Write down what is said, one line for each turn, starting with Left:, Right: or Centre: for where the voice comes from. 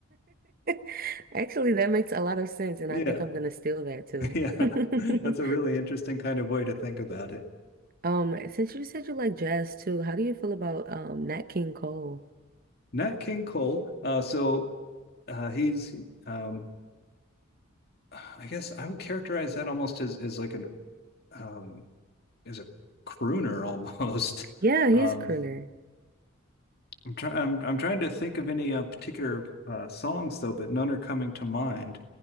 Right: <laughs> Actually, that makes a lot of sense, and
Left: Yeah,
Right: I think I'm gonna steal that
Left: <laughs>
Right: too.
Left: yeah,
Right: <laughs>
Left: <laughs> that's a really interesting kind of way to think about it.
Right: Um, since you said you like jazz too, how do you feel about um Nat King Cole?
Left: Nat King Cole. Uh, so uh, he's, um, I guess I would characterize that almost as as like an um, as a crooner almost. <laughs>
Right: Yeah, he's
Left: Um,
Right: a crooner.
Left: I'm trying. I'm I'm trying to think of any uh, particular uh, songs though, but none are coming to mind.